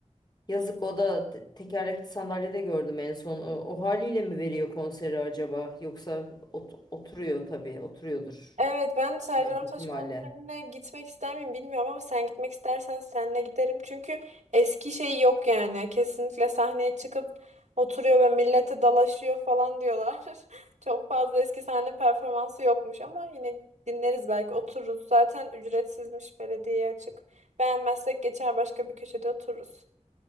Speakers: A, on the left; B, on the right.
A: yazık o da te- tekerlekli sandalyede gördüm en son. O, o haliyle mi veriyor konseri acaba? Yoksa ot- oturuyor tabii. Oturuyordur
B: Evet ben Serdar
A: büyük ihtimalle.
B: Ortaç konserine gitmek ister miyim bilmiyorum ama sen gitmek istersen seninle giderim. Çünkü eski şey yok yani. Kesinlikle sahneye çıkıp oturuyor ve millete dalaşıyor falan diyorlar. <laughs> Çok fazla eski sahne performansı yokmuş ama yine dinleriz belki otururuz. Zaten ücretsizmiş belediyeye açık. Beğenmezsek geçer başka bir köşede otururuz.